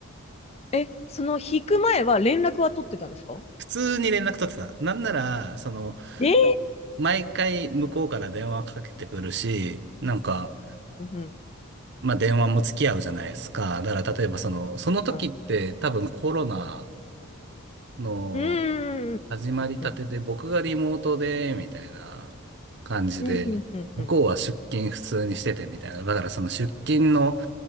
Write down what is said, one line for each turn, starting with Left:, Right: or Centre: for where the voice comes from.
Left: え、その引く前は連絡は取ってたんですか
Right: 普通に連絡取ってた。なんなら、その、
Left: えー、
Right: 毎回向こうから電話かけてくるし、なんか、
Left: うん、うん、
Right: まあ電話も付き合うじゃないですか。だから例えばその、その時って多分コロナ
Left: はい。
Right: の
Left: うーん。
Right: 始まりたてで僕がリモートで、
Left: うん、
Right: みたいな感じで、
Left: うん、うん、うん、うん。
Right: 向こうは出勤普通にしててみたいな。
Left: うん
Right: だからその出勤の、